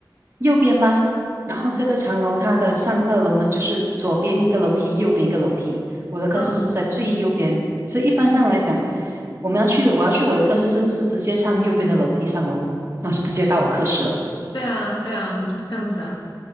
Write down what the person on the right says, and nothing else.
右边吧。然后这个长楼它的上二楼呢，就是左边一个楼梯，右边一个楼梯。我的课室是在最右边，
所以一般上来讲，我们要去我要去我的课室，是不是直接上右边的楼梯上楼然后是直接到我课室了。